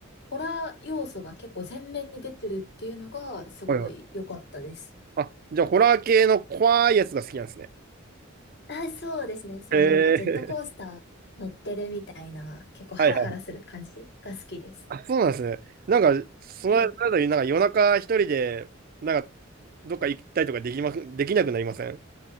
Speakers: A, on the left; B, on the right.
A: ホラー要素が結構前面に出てるっていうのが、すごい良かったです。
B: はいはい。あ、じゃあホラー系の怖いやつが好きなんですね。
A: あ、そうですね。そう、
B: へえ。
A: なんかジェットコースター乗ってるみたいな、結構ハラハラする感じが好きです。
B: はいはい。あ、そうなんですね。なんか、その間になんか夜中一人で、
A: はい。
B: なんか、どっか行ったりとかできまく、できなくなりません